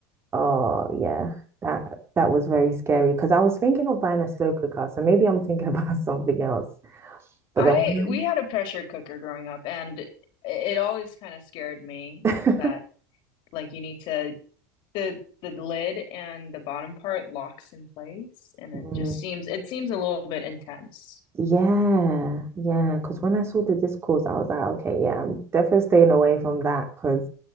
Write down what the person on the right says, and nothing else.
Oh yeah, that that was very scary because I was thinking of buying a slow cooker, so maybe I'm thinking about <laughs> something else. But
then when
I-
<laughs>
Mm,
yeah, yeah, because when I saw the discourse, I was like, okay, yeah, I'm definitely staying away from that because